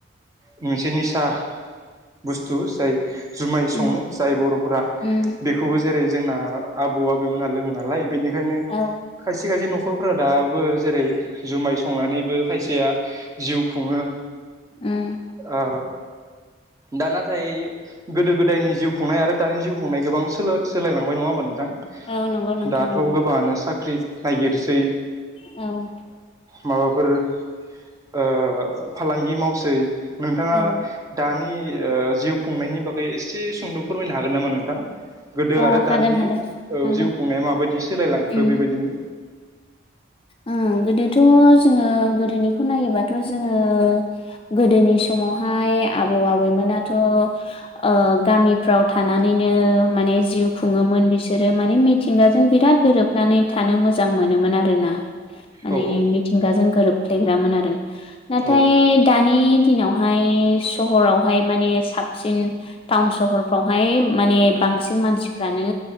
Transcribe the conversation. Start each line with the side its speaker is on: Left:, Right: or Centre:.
Right: मोनसे निसा। बुस्थु जाय जुमाय सङो
Left: उम
Right: जाय बर'फोरा
Left: उम
Right: बेखौबो जेरै जोंना आबौ आबैमोना लोङो नालाय बेनिखायनो
Left: औ
Right: खायसे खायसे न' खरफ्रा दाबो जेरै जुमाय संनानैबो खायसेया जिउ खुङो।
Left: उम
Right: औ। दा नाथाय गोदो गोदायनि जिउ खुंनाय आरो दानि जिउ खुंनाय गोबां सोलाय सोलायलांबाय नङा होमबा नोंथां
Left: औ नंगौ नोंथां
Right: दाथ'
Left: नंगौ
Right: गोबाङानो साख्रि नायगिरसै।
Left: <unintelligible>
Right: माबाफोर ओ फालांगि मावसै। नोंथाङा
Left: औ
Right: दानि ओ जिउ खुंनायनि बागै एसे सुंद' फोरमायनो हागोन नामा नोंथां? गोदो
Left: अ
Right: आरो
Left: हागोन
Right: दानि
Left: हागोन
Right: ओ
Left: हागोन
Right: जिउ खुंनाया माबायदि सोलायलांखो
Left: उम
Right: बेबायदिनो
Left: ओं गोदो थ जोङो गोदोनिखौ नायोबाथ' जोङो गोदोनि समावहाय आ बौ आबैमोनाथ' ओ गामिफ्राव थानानैनो माने जिउ खुङोमोन बिसोरो माने मिथिंगाजों बिराद गोरोबनानै थानो मोजां मोनोमोन आरोना। माने
Right: औ
Left: मिथिंगाजों गोरोबफ्लेग्रामोन आरो नाथाय
Right: औ
Left: दानि दिनावहाय सहरावहाय माने साबसिन टाउन सहरफ्रावहाय माने बांसिन मानसिफ्रानो